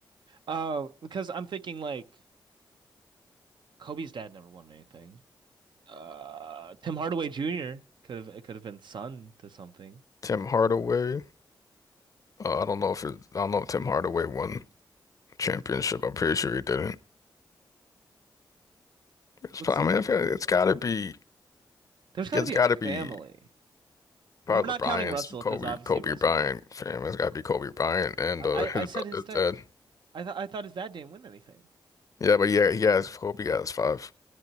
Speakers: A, on the right; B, on the left.
A: uh, because I'm thinking like Kobe's dad never won anything. Uh, Tim Hardaway Jr. could have it could have been son to something. <sighs>
B: Tim Hardaway. Uh, I don't know if it, I don't know if Tim Hardaway won a championship. I'm pretty sure he didn't. It's
A: What's
B: probably,
A: the...
B: I mean, I feel like it's gotta be,
A: There's got
B: it's
A: to be
B: gotta
A: a
B: be
A: family.
B: part
A: And we're
B: of
A: not
B: the Bryant's
A: counting Russell
B: Kobe,
A: because obviously
B: Kobe
A: Russell
B: Bryant
A: wins.
B: fam. It's gotta be Kobe Bryant and
A: I,
B: uh, his
A: I I said
B: brother
A: his dad.
B: Ted.
A: I thought I thought his dad didn't win anything.
B: Yeah, but yeah, he has Kobe has five.